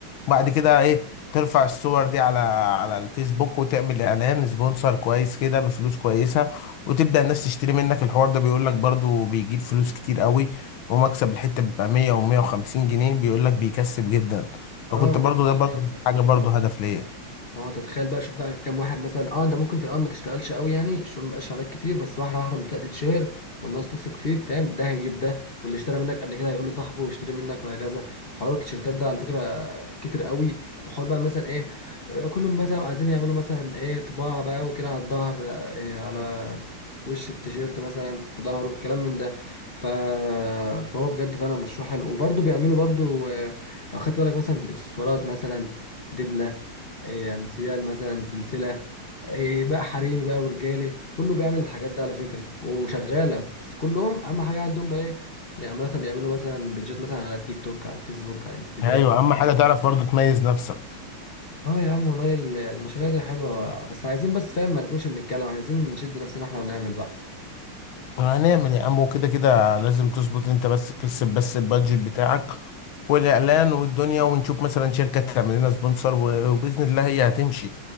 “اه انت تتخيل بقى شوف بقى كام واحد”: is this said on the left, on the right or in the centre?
Left